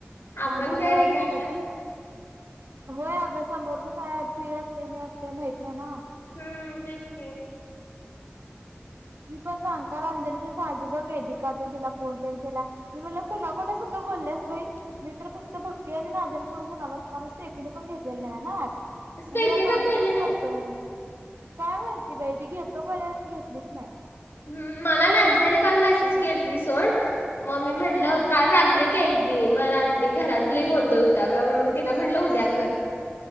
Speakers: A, on the left; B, on the right.
A: आपण
B: मग
A: काय रिकामं
B: हि होय समोरच काय फ्री असते नाही असते माहित नाही ना.
A: हम्म तेच कि.
B: ती पण सांग का अंजलीसांगती ग वेदिका तिला फोन ते केला मी म्हला कुणाकणा संग बोलल्यास बाई मी तर फक्त भक्ती आहे आणि नाजल सोडून कुणालाच स्टेप तिने पण घेतलेले नाही आहे ना
A: स्टेफिका
B: म्हणज या दोघीनाच
A: केलेली
B: करतोय काय माहिती बाई ती घेतो म्हणलेली घेतलीच नाही.
A: हम्म मला नाझिया नी काल मेसेज केली ती सोड म मी म्हणले
B: हा.
A: काल रात्री ती मग रात्री घरातली गोंधळ हुता ग मग मी तिला म्हटलं उद्या घर.